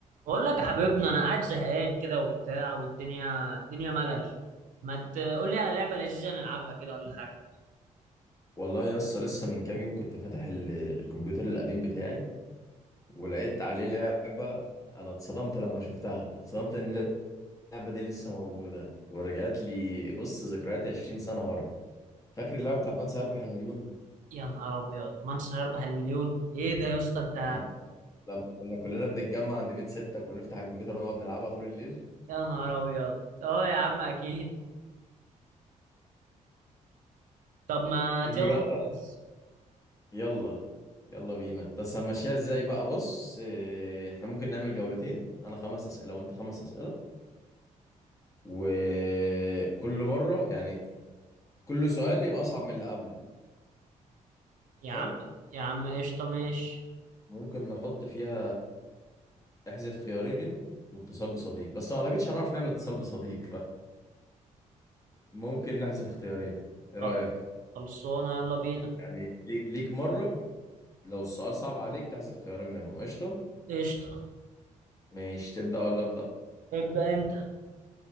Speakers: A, on the right; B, on the left.
A: بقول لك يا حبيبنا انا قاعد زهقان كده وبتاع والدنيا الدنيا ملل ما تقول لي على لعبه لذيذه نلعبها كده ولا حاجه
B: والله يا اسطى لسه من كام يوم كنت فاتح ال- الكمبيوتر القديم بتاعي ولقيت عليه لعبة انا اتصدمت لما شفتها اتصدمت ان اللعبة دي لسه موجودة ورجعت لي بص ذكرياتي 20 سنة ورا فاكر اللعبة بتاعت من سيربح المليون
A: يا نهار ابيض مانس هيربح المليون ايه ده يا اسطى انت
B: لما لما كنا كلنا بنتجمع عند بيت ستك ونفتح الكمبيوتر ونقعد نلعبها طول الليل
A: يا نهار ابيض اه يا عم اكيد طب ما
B: تيجي
A: يلا
B: جولة
A: ندوس
B: يلا يلا بينا بس هنمشيها ازاي بقى بص إيه، احنا ممكن نعمل جولتين انا خمس اسئله وانت خمس اسئله وكل مره يعني كل سؤال يبقى أصعب من اللي قبله
A: يا
B: حلو
A: عم يا عم قشطه ماشي
B: ممكن نحط فيها احذف خيارين واتصال بصديق بس ما أعتقدش هنعرف نعمل اتصال بصديق فممكن نحذف اختيارين إيه
A: خل-
B: رأيك؟
A: خلصانه يلا بينا
B: يعني لي- ليك مرة لو السؤال صعب عليك تحذف خيارين منهم قشطة؟
A: قشطه
B: ماشي تبدأ ولا أبدأ؟
A: ابدا انت